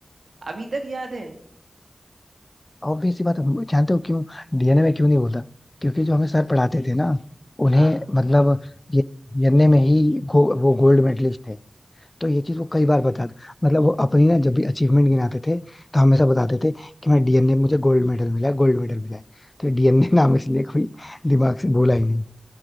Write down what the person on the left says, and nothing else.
ऑब्वियस सी बात है जानते हो क्यों डीएनए में क्यों नहीं बोलता क्योंकि जो हमें सर पढ़ाते थे ना उन्हें
मतलब ये डीएनए में ही गो, वो गोल्ड मेडलिस्ट थे तो ये चीज वो कई बार बता मतलब वो अपनी ना जब भी अचीवमेंट गिनाते थे तो हमेशा बताते थे कि मैं डीएनए में मुझे गोल्ड मेडल मिला है गोल्ड मेडल मिला है तो डीएनए <laughs> नाम इसलिए कोई दिमाग से भूला ही नहीं